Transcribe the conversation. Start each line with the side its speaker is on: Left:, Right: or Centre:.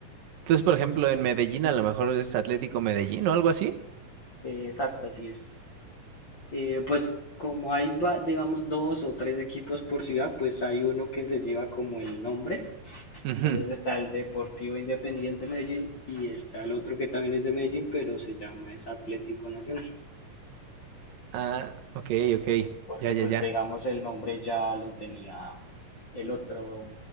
Right: Entonces, por ejemplo, en Medellín a lo mejor es Atlético Medellín o algo así.
Left: eh, exacto, así es. Eh, pues como hay, va- digamos, dos o tres equipos por ciudad, pues hay uno que se lleva como el nombre
Right: Ujú.
Left: Entonces está el Deportivo Independiente Medellín y está el otro que también es de Medellín, pero se llama es Atlético Nacional,
Right: Ah, ok, ok.
Left: porque
Right: Ya, ya,
Left: pues
Right: ya.
Left: digamos el nombre ya lo tenía el otro,